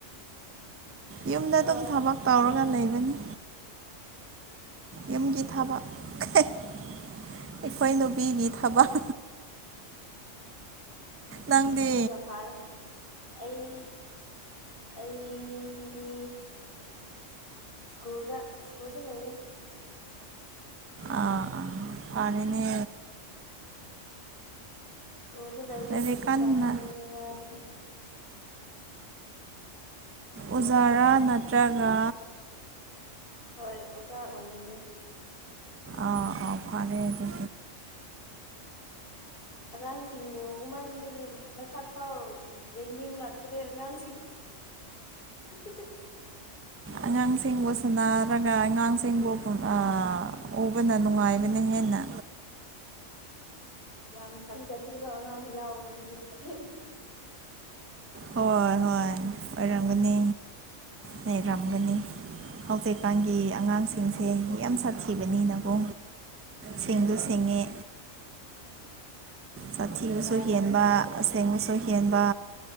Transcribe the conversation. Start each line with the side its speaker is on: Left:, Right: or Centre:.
Right: ꯌꯨꯝꯗ
Left: ꯑꯣ
Right: ꯑꯗꯨꯝ ꯊꯕꯛ ꯇꯧꯔꯒ ꯂꯩꯕꯅꯤ ꯌꯨꯝꯒꯤ
Left: ꯑꯣ
Right: ꯊꯕꯛ ꯑꯩꯈꯣꯏ ꯅꯨꯕꯤꯒꯤ ꯊꯕꯛ ꯅꯪꯗꯤ
Left: ꯑꯗꯨꯅ ꯐꯥꯔꯦ ꯑꯩ ꯑꯩꯗꯤ ꯁꯀꯨꯜꯗ ꯁꯀꯨꯜꯗ ꯂꯩꯌꯦ
Right: ꯑꯥ ꯑꯥ ꯐꯅꯦ
Left: ꯁ꯭ꯀꯨꯜꯗ ꯂꯩꯕꯁꯤꯁꯨ
Right: ꯂꯥꯏꯔꯤꯛ ꯀꯟꯅ
Left: ꯇꯝꯗ꯭ꯔꯦ ꯋꯥꯕꯒꯤ
Right: ꯎꯖꯥꯔꯥ ꯅꯠꯇ꯭ꯔꯒ
Left: ꯍꯣꯏ ꯑꯣꯖꯥ ꯑꯣꯏꯔꯤꯌꯦ
Right: ꯑꯥ ꯑꯥ ꯐꯔꯦ ꯑꯗꯨ
Left: ꯑꯉꯥꯡꯁꯤꯡꯕꯨ ꯎꯃꯟꯕꯗꯒꯤ ꯃꯁꯛ ꯐꯥꯎ ꯌꯦꯡꯅꯤꯡꯂꯛꯇ꯭ꯔꯦ ꯑꯉꯥꯡꯁꯤꯡ <unintelligible>
Right: ꯑꯉꯥꯡꯁꯤꯡꯕꯨ ꯁꯟꯅꯥꯔꯒ ꯑꯉꯥꯡꯁꯤꯡꯕꯨ ꯑꯥ ꯎꯕꯅ ꯅꯨꯡꯉꯥꯏꯕꯅꯦ ꯍꯦꯟꯅ
Left: ꯌꯥꯝ ꯁꯥꯊꯤ ꯆꯊꯤꯕ ꯑꯉꯥꯡꯁꯨ ꯌꯥꯎꯋꯦ ꯑꯗꯨꯒꯤ <unintelligible>
Right: ꯍꯣꯏ ꯍꯣꯏ ꯑꯣꯏꯔꯝꯒꯅꯤ ꯂꯩꯔꯝꯒꯅꯤ ꯍꯧꯖꯤꯛꯀꯥꯟꯒꯤ ꯑꯉꯥꯡꯁꯤꯡꯁꯦ ꯌꯥꯝ ꯁꯥꯊꯤꯕꯅꯤꯅꯀꯣ
Left: ꯎꯝ
Right: ꯁꯤꯡꯗꯨ ꯁꯤꯡꯉꯦ ꯁꯥꯊꯤꯕꯁꯨ
Left: ꯀ꯭ꯂꯥꯁ
Right: ꯍꯦꯟꯕ ꯑꯁꯦꯡꯕꯁꯨ ꯍꯦꯟꯕ